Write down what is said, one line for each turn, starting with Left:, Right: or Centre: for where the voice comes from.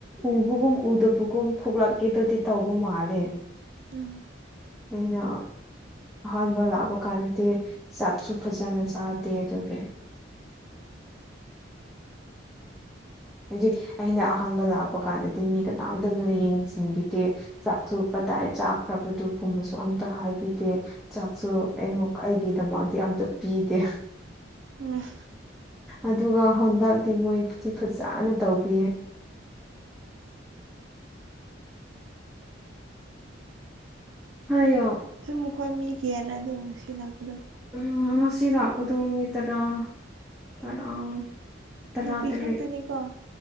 Centre: ꯎꯕꯒꯨꯝ ꯎꯗꯕꯒꯨꯝ ꯊꯣꯛꯂꯛ ꯀꯦꯗꯥꯗꯤ ꯇꯧꯕ ꯃꯥꯜꯂꯦ
Right: ꯎꯝ
Centre: ꯑꯩꯅ ꯑꯍꯥꯟꯕ ꯂꯥꯛꯄ ꯀꯥꯟꯗꯗꯤ ꯆꯥꯛꯁꯨ ꯐꯖꯅ ꯆꯥꯗꯦ ꯑꯗꯨꯒꯤ ꯍꯥꯏꯗꯤ ꯑꯩꯅ ꯑꯍꯥꯟꯕ ꯂꯥꯛꯄ ꯀꯥꯟꯗꯗꯤ ꯃꯤ ꯀꯅꯥꯝꯇꯅ ꯌꯦꯡꯁꯤꯟꯕꯤ ꯗꯦ ꯆꯥꯛꯁꯨ ꯀꯗꯥꯏ ꯆꯥꯈ꯭ꯔꯕꯗꯨꯒꯨꯝꯕꯁꯨ ꯑꯝꯇ ꯍꯥꯏꯕꯤꯗꯦ ꯆꯥꯛꯁꯨ ꯑꯩꯉꯀ ꯑꯩꯒꯤꯗꯃꯛꯇꯗꯤ ꯑꯝꯇ ꯄꯤꯗꯦ
Right: ꯎꯝ
Centre: ꯑꯗꯨꯒ ꯍꯟꯗꯛꯇꯤ ꯃꯣꯏꯗꯤ ꯐꯖꯅ ꯇꯧꯕꯤꯌꯦ ꯍꯥꯏꯌꯣ
Right: ꯑꯗꯨꯨꯝ ꯃꯈꯣꯏ ꯃꯤ ꯀꯌꯔꯥ ꯑꯗꯣ ꯉꯁꯤ ꯂꯥꯛꯄꯗꯣ
Centre: ꯎꯝ ꯉꯁꯤ ꯂꯛꯄꯗꯣ ꯃꯤ ꯇꯔꯥ ꯇꯔꯥ ꯇꯔꯥ
Right: ꯅꯨꯄꯤ
Centre: ꯇꯔꯦꯠ
Right: ꯈꯛꯇꯅꯤꯀꯣ